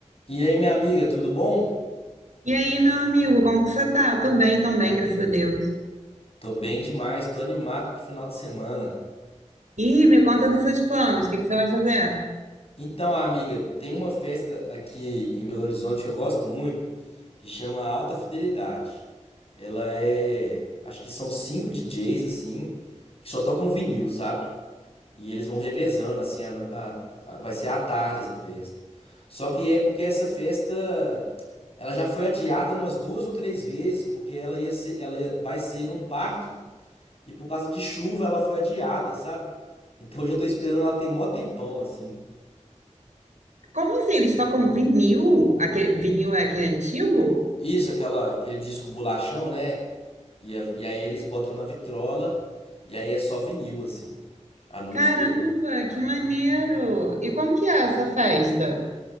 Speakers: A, on the left (about 50°); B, on the right (about 80°).
A: E aí, minha amiga, tudo bom?
B: E aí, meu amigo, como que você tá? Tô bem também, graças a Deus.
A: Tô bem demais, tô animado pro final de semana.
B: E me conta dos seus planos, o que que você vai fazer?
A: Então, amiga, tem uma festa aqui em Belo Horizonte que eu gosto muito, que chama Alta Fidelidade. Ela é, acho que são cinco DJs assim, que só tocam vinil, sabe? E eles vão revezando assim, a, a- a- vai ser à tarde essa festa. Só que é porque essa festa, ela já foi adiada umas duas ou três vezes, porque ela ia ser, ela ia- vai ser num parque E por causa de chuva ela foi adiada, sabe? Então hoje eu já tô esperando ela tem mó tempão, assim.
B: Como assim? Eles tocam vinil? Aquele, vinil é aquele antigo?
A: Isso, aquela, aquele disco bolachão, né? E, é- e aí eles botam na vitrola e aí é só vinil, assim, a noite
B: Caramba,
A: toda. Ah,
B: que maneiro! E como que é essa festa?